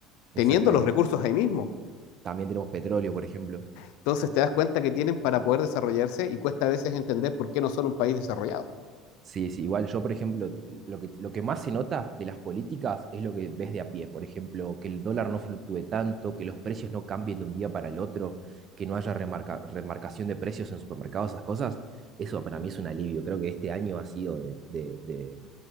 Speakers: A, on the right; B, on the left.
A: Exactamente.
B: teniendo los recursos ahí mismo.
A: También tenemos petróleo, por ejemplo.
B: Entonces te das cuenta que tienen para poder desarrollarse y cuesta a veces entender por qué no son un país desarrollado,
A: Sí, sí, igual yo, por ejemplo, lo que, lo que más se nota de las políticas es lo que ves de a pie. Por ejemplo, que el dólar no fluctúe tanto, que los precios no cambien de un día para el otro, que no haya remarca- remarcación de precios en supermercados, esas cosas. Eso para mí es un alivio. Creo que este año ha sido de, de, de-